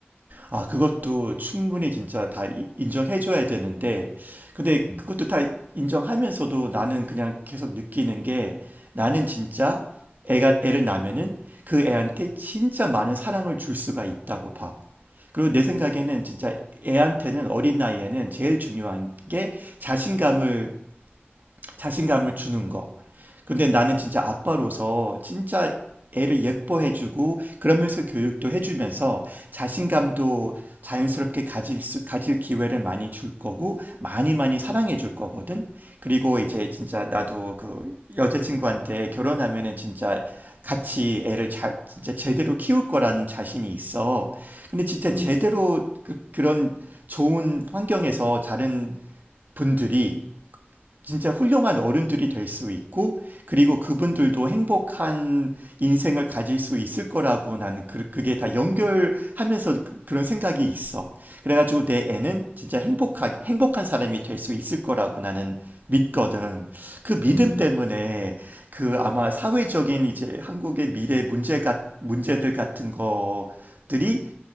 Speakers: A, on the right; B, on the left.
A: 아, 그것도 충분히 진짜 다 이- 인정해줘야 되는데, 근데
B: 음,
A: 그것도 다 인정하면서도 나는 그냥 계속 느끼는 게 나는 진짜 애가, 애를 낳으면은 그 애한테 진짜 많은 사랑을 줄 수가 있다고 봐. 그리고 내 생각에는
B: 음,
A: 진짜 애한테는 어린 나이에는 제일 중요한 게 자신감을, 자신감을 주는 거. 근데 나는 진짜 아빠로서 진짜 애를 예뻐해주고 그러면서 교육도 해주면서 자신감도 자연스럽게 가질 수, 가질 기회를 많이 줄 거고 많이 많이 사랑해 줄 거거든. 그리고 이제 진짜 나도 그 여자친구한테 결혼하면은 진짜 같이 애를 잘 진짜 제대로 키울 거라는 자신이 있어. 근데 진짜
B: 음.
A: 제대로 그, 그런 좋은 환경에서 자른 분들이 진짜 훌륭한 어른들이 될 수 있고, 그리고 그분들도 행복한 인생을 가질 수 있을 거라고 나는 그, 그게 다 연결하면서 그- 그런 생각이 있어. 그래가지고 내 애는 진짜 행복하, 행복한 사람이 될 수 있을 거라고 나는 믿거든. 그 믿음
B: 음,
A: 때문에 그 아마 사회적인 이제 한국의 미래 문제가, 문제들 같은 것들이,